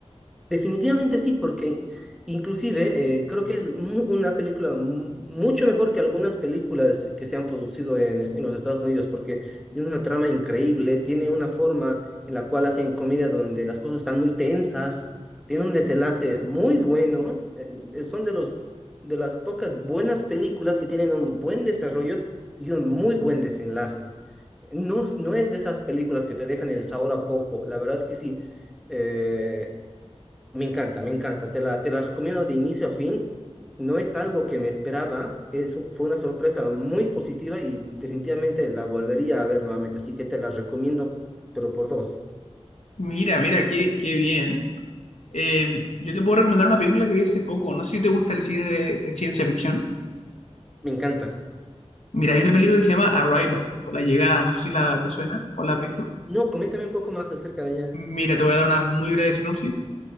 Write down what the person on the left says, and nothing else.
Mira, mira, qué, qué bien. Eh, yo te puedo recomendar una película que vi hace poco. No sé si te gusta el cine de de ciencia ficción.
Mira, hay una película que se llama Arrival o La Llegada, no sé si la te suena o la has visto.
Mira, te voy a dar una muy breve sinopsis